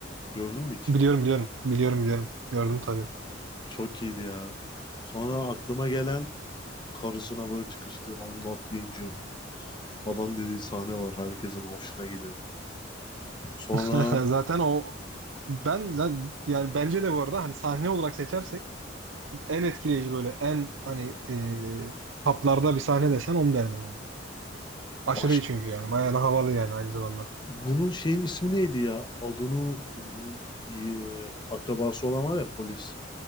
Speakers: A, on the left; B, on the right.
A: Gördün mü hiç?
B: Biliyorum biliyorum. Biliyorum biliyorum. Gördüm tabii.
A: O Çok iyiydi ya. Sonra aklıma gelen karısına böyle çıkıştı I'm not the angel falan dediği sahne var herkesin hoşuna giden. Sonra
B: <laughs> Zaten o ben zaten yani bence de bu arada hani sahne olarak seçersek en etkileyici böyle en hani e, haplarda bir sahne desen onu derdim yani. Aşırı
A: başka
B: iyi çünkü yani. Bayağı da havalı yani aynı zamanda.
A: bunun şeyin ismi neydi ya? Adını unuttum. Bunun e, akrabası olan var ya polis.